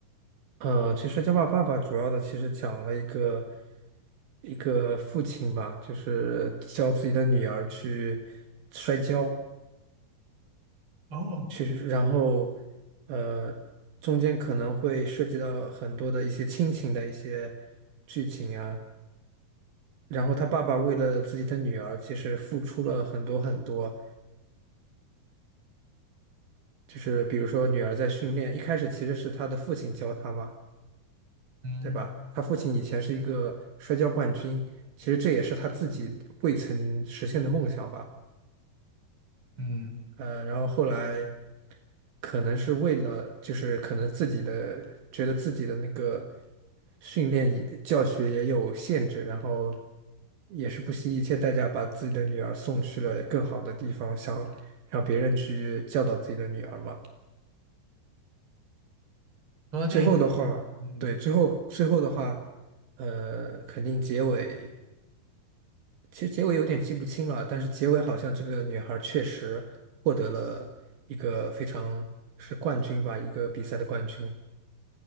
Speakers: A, on the right; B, on the right.
A: 呃，其实《摔跤吧，爸爸》主要的其实讲了一个一个父亲吧，就是教自己的女儿去摔跤，
B: 哦，
A: 去，然后呃，中间可能会涉及到很多的一些亲情的一些剧情啊。然后他爸爸为了自己的女儿，其实付出了很多很多，就是比如说女儿在训练，一开始其实是她的父亲教她嘛，
B: 嗯
A: 对吧？她父亲以前是一个摔跤冠军，其实这也是她自己未曾实现的梦想吧。
B: 嗯，
A: 呃，然后后来可能是为了，就是可能自己的觉得自己的那个训练也教学也有限制，然后也是不惜一切代价把自己的女儿送去了更好的地方，想让别人去教导自己的女儿嘛。
B: 说到电影啊，
A: 最后的话，
B: 嗯，
A: 对，最后最后的话，呃，肯定结尾，其实结尾有点记不清了，但是结尾好像这个女孩儿确实获得了一个非常是冠军吧，一个比赛的冠军。